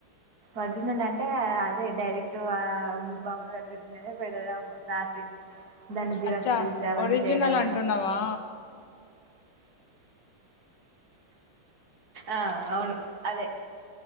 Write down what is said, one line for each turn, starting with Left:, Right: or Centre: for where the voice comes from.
Right: ఒరిజినల్ అంటే అదే డైరెక్ట్ ఆ మీ బామ్మ దగ్గర ఉండేది పెడదాము రాసింది దాన్ని జిరాక్స్
Left: అచ్చా
Right: తీసి అవన్నీ
Left: ఒరిజినల్
Right: చేయడం ఎందుకు
Left: అంటున్నావా
Right: ఆ అవును అదే